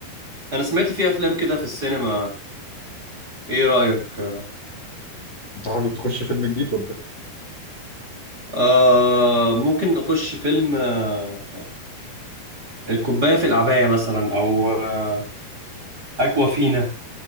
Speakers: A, on the right; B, on the left.
A: انا سمعت في افلام كده في السينما ايه رأيك
B: أنت حابب تخش فيلم جديد ولا إيه؟
A: آه ممكن نخش فيلم آه الكوباية في العباية مثلا أو آه أكوا فينا